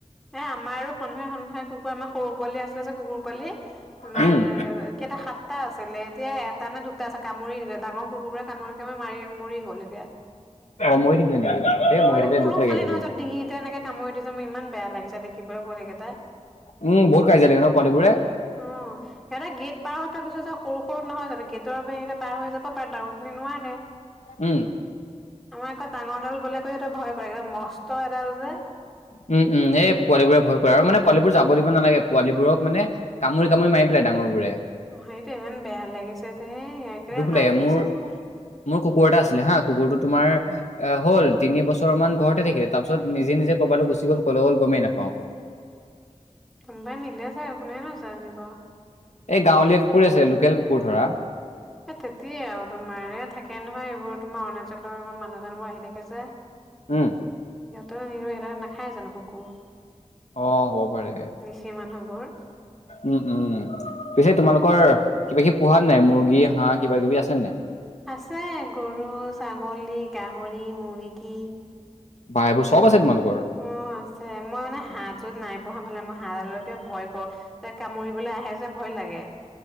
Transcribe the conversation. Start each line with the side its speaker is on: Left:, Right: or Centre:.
Centre: এ আমাৰ আৰু সন্থাই সন্থাই কুকুৰ, আমাৰ সৰু পোৱালি আছিলে যে কুকুৰ পোৱালি। তোমাৰ
Left: উম।
Centre: কেইটা সাতটা আছিলে, এতিয়া এটা নে দুটা আছে। কামুৰি দিলে, ডাঙৰ কুকুৰবোৰে কামুৰি কামুৰি মাৰি মৰি গ'ল এতিয়া।
Left: অঁ, মৰি থাকিলে নেকি? এই মৰি
Centre: অঁ,
Left: থাকিলে
Centre: এ সৰু
Left: দুখ লাগে
Centre: পোৱালি
Left: বহুত
Centre: নহয় তাৰ ডিঙিতে এনেকে কামুৰি দিছে, মোৰ ইমান বেয়া লাগিছে দেখিবলে পোৱালি কেইটা।
Left: উম, বহুত কাজিয়া লাগে ন পোৱালিবোৰে!
Centre: অঁ, সিহঁতে গেট পাৰ হৈ পেলাই গৈছে যে সৰু সৰু নহয় জানো, গেটৰ পৰা সেইগিতা পাৰ হৈ যাব- পাৰে, ডাঙৰ খিনি নোৱাৰে।
Left: উম
Centre: আমাৰ অকৌ ডাঙৰডাল গ'লে কৈ সিহঁতে ভয় কৰে, একদম মস্ত এডাল যে!
Left: উম, উম। এই পোৱালিবোৰে ভয় কৰে আৰু মানে পোৱালিবোৰ যাব নালাগে, পোৱালিবোৰক মানে- কামুৰি, কামুৰি মাৰি পেলাই ডাঙৰ বোৰে।
Centre: অঁ, সেইটো ইমান বেয়া লাগিছে দেই, সেইটোৱে
Left: দুখ
Centre: মাৰি
Left: লাগে মোৰ
Centre: দিছে।
Left: মোৰ কুকুৰ এটা আছিলে হা। কুকুৰটো তোমাৰ- আহ হ'ল তিনি বছৰ মান ঘৰতে থাকিলে তাৰ পিছত নিজে নিজে ক'বালে গুচি গল, ক'লে গল গমেই নাপাওঁ।
Centre: কোনোবাই নিলে চাগে, কোনেনো জানিব?
Left: এই গাঁৱলীয়া কুকুৰৰে আছিলে, লোকেল কুকুৰ ধৰা।
Centre: এ তেতিয়া আৰু তোমাৰ এয়া থাকে নহয়, এইবোৰ তোমাৰ অৰুণাচলৰ এইবোৰ মানুহ-চানুহ বোৰ আহি থাকে যে!
Left: উম।
Centre: সিহঁতৰ নিৰ সিহঁত নাখায় জানো কুকুৰ?
Left: অঁ, হ'ব পাৰে।
Centre: মিছিং মানুহবোৰ।
Left: উম, উম, উম। পিছে তোমালোকৰ কিবা কিবি পোহা নাই মুৰ্গী, হাঁহ কিবা কিবি আছে নাই?
Centre: আছে গৰু, ছাগলী, গাহৰি, মুৰ্গী।
Left: বাহ এইবোৰ চব আছে তোমালোকৰ?
Centre: অঁ, আছে। মই মানে হাঁহটোত নাই পো়হা মানে মই হাঁহডাল কিবা ভয় কৰো। তাক কামুৰিবলৈ আহে যে ভয় লাগে।